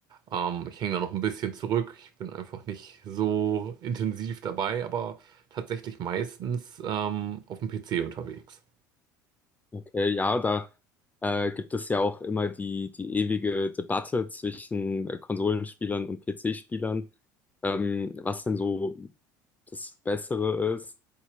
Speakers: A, on the right (about 45°); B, on the left (about 15°).
A: Ähm, ich hänge da noch ein bisschen zurück. Ich bin einfach nicht so intensiv dabei, aber tatsächlich meistens ähm, auf dem PC unterwegs.
B: Okay, ja, da äh, gibt es ja auch immer die, die ewige Debatte zwischen äh, Konsolenspielern und PC-Spielern, ähm, was denn so das Bessere ist.